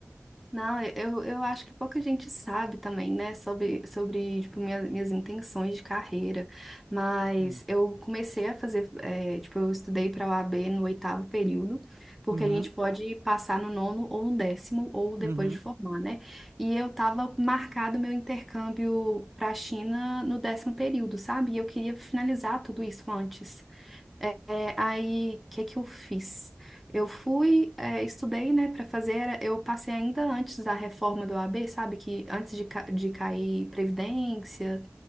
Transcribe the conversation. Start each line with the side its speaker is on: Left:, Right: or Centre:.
Centre: Não, eu, eu acho que pouca gente sabe também, né, sobre, sobre tipo, minha- minhas intenções de carreira. Mas
Right: Sim.
Centre: eu comecei a fazer, é, tipo, eu estudei para a OAB no oitavo período, porque
Right: Uhum.
Centre: a gente pode passar no nono ou no décimo, ou depois
Right: Uhum,
Centre: de formar, né? E eu tava marcado meu intercâmbio para a China no décimo período, sabe? E eu queria finalizar tudo isso antes. É, é, aí, o que que eu fiz? Eu fui, é, estudei, né, para fazer, era- eu passei ainda antes da reforma do OAB, sabe, que antes de, ca- de cair Previdência,